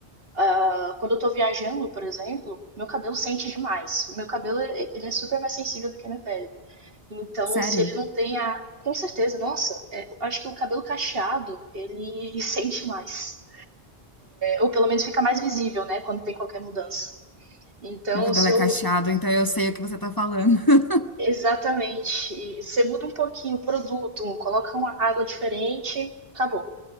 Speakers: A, on the right; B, on the left.
A: Uh, quando eu tô viajando, por exemplo, meu cabelo sente demais. Meu cabelo ele é super mais sensível do que a minha pele. Então,
B: Sério?
A: se ele não tem a. Com certeza, nossa, é, eu acho que o cabelo cacheado, ele <laughs> sente mais. Ou pelo menos fica mais visível, né? Quando tem qualquer mudança. Então,
B: Meu cabelo
A: se
B: é
A: eu.
B: cacheado, então eu sei o que você tá falando. <laughs>
A: Exatamente. Você muda um pouquinho o produto, coloca uma água diferente, acabou.